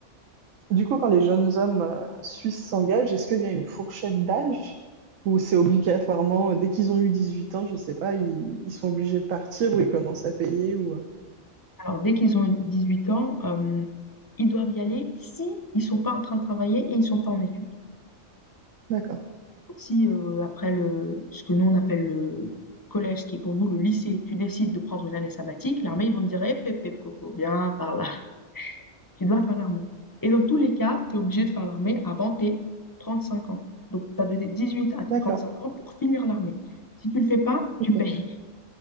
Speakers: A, on the right; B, on the left.
A: Du coup, quand les jeunes hommes euh, suisses s'engagent, est-ce qu'il y a une fourchette d'âge ou c'est obligatoirement, euh, dès qu'ils ont eu 18 ans, je sais pas, ils, ils sont obligés de partir ou ils commencent à payer ou... euh,
B: Alors, dès qu'ils ont 18 ans, euh, ils doivent y aller si ils sont pas en train de travailler et ils sont pas en études.
A: D'accord,
B: Donc, si euh, après le, ce que nous on appelle le collège, ce qui est pour vous le lycée, tu décides de prendre une année sabbatique, l'armée, ils vont te dire, eh, pep, pep, coco, viens par là. Tu dois faire l'armée. Et dans tous les cas, tu es obligé de faire l'armée avant tes 35 ans. Donc, tu as de tes 18 à tes
A: d'accord,
B: 35 ans pour finir l'armée. Si tu le fais pas, tu
A: ok.
B: payes.